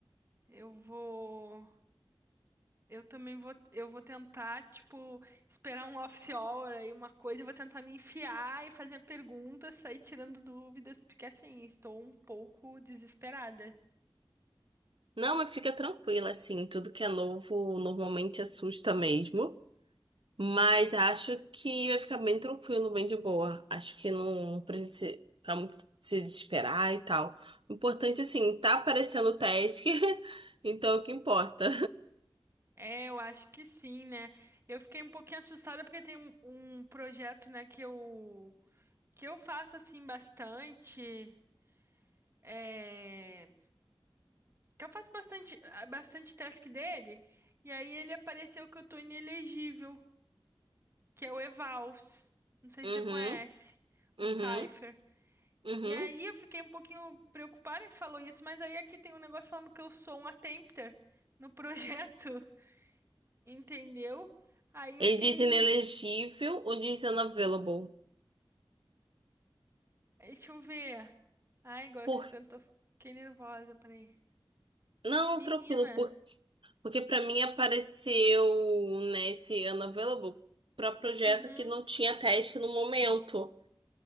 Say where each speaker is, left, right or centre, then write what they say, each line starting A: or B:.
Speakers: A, on the right (about 30°); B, on the right (about 75°).
A: Eu vou. Eu também vou. Eu vou tentar, tipo, esperar um office hour aí, uma coisa. Eu vou tentar me enfiar e fazer perguntas, sair tirando dúvidas, porque assim, estou um pouco desesperada.
B: Não, mas fica tranquila, assim, tudo que é novo normalmente assusta mesmo. Mas acho que vai ficar bem tranquilo, bem de boa. Acho que não precisa se- ficar muito se desesperar e tal. O importante, assim, tá aparecendo o teste, <laughs> então é o que importa.
A: É, eu acho que sim, né? Eu fiquei um pouquinho assustada porque tem um, um projeto, né, que eu que eu faço assim bastante. É... Que eu faço bastante, ah, bastante task dele. E aí ele apareceu que eu tô inelegível, que é o Evals. Não sei
B: Uhum,
A: se você conhece,
B: uhum,
A: o Cypher.
B: uhum.
A: E aí eu fiquei um pouquinho preocupada que falou isso, mas aí aqui tem um negócio falando que eu sou um attempter no projeto, <laughs> entendeu? Aí
B: Ele
A: eu fiquei.
B: diz inelegível ou diz unavailable?
A: Deixa eu ver. Ai, agora
B: Por...
A: que você perguntou, fiquei nervosa, peraí.
B: Não,
A: Menina.
B: tranquilo, Porque pra mim apareceu, né, esse unavailable pra projeto
A: Uhum.
B: que não tinha teste no momento.